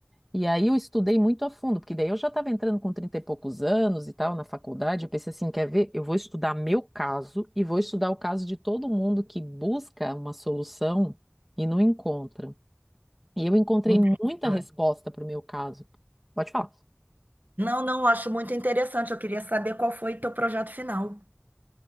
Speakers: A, in the centre; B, on the right.
A: E aí eu estudei muito a fundo, porque daí eu já estava entrando com 30 e poucos anos e tal na faculdade. Eu pensei assim, quer ver? Eu vou estudar meu caso e vou estudar o caso de todo mundo que busca uma solução e não encontra. E eu encontrei
B: Interessante.
A: muita resposta para o meu caso. Pode falar.
B: Não, não, eu acho muito interessante. Eu queria saber qual foi o teu projeto final.